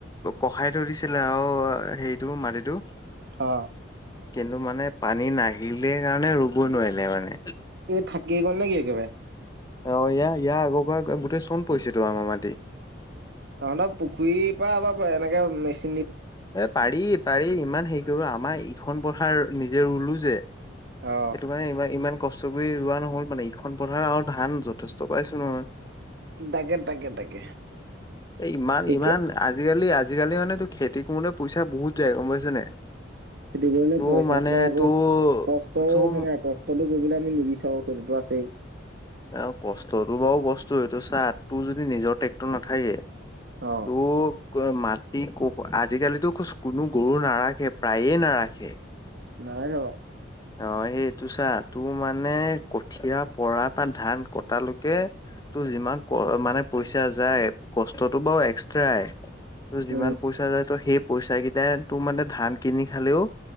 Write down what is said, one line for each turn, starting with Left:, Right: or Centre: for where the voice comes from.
Left: কষাই থৈ দিছিলে আৰু হেৰিটো মাটিতটো
Right: অ।
Left: কিন্তু মানে পানী নাহিলে কাৰণে ৰুব নোৱাৰিলে মানে।
Right: এই থাকি গল নেকি একেবাৰে?
Left: অ ইয়াৰ ইয়াৰ আগৰ পৰা গোটেই চোন পৰিছেতো আমাৰ মাটি।
Right: তহঁত পুখুৰীৰ পৰা অলপ এনেকে মেচি
Left: এ পাৰি পাৰি ইমান হেৰি কৰিব আমাৰ ইখন পথাৰ নিজে ৰুলো যে। সেইটো
Right: অ
Left: কাৰণে ইমান ইমান কষ্ট কৰি ৰোৱা নহ'ল মানে ইখন পথাৰ আৰু ধান যথেষ্ট পাইছো নহয়।
Right: তাকে তাকে তাকে
Left: এ ইমান
Right: ঠিকে
Left: ইমান
Right: আছে
Left: আজিকালি আজিকালি মানে মূলে পইচা বহুত যায় গম পাইছে নাই?
Right: খেতি কৰিলে
Left: তোৰ
Right: পইচা
Left: মানে
Right: যায় আকৌ
Left: তোৰ
Right: কষ্টও
Left: তোৰ
Right: হয়নে নাই কষ্টটো কৰিবলে আমি নিবিচাৰো। সেইটোতো আছেই।
Left: অ কষ্টটো বাৰু কষ্টই, এইটো চা টোৰ যদি নিজৰ ট্ৰেক্টৰ নাথাকে,
Right: অ।
Left: তোক মাটি ক আজিকালিতো কোনো গৰু নাৰাখে প্ৰায়ে নাৰাখে।
Right: নালাগে বাৰু
Left: অ সেইটো চা তোৰ মানে কঠীয়া পৰা বা ধান কটালৈকে ত যিমান ক মানে পইচা যায় কষ্টটো বাৰু এক্সট্ৰাই তোৰ যিমান
Right: উম
Left: পইচা যায় সেই পইচা কেইটাই তোৰ মানে ধান কিনি খালেও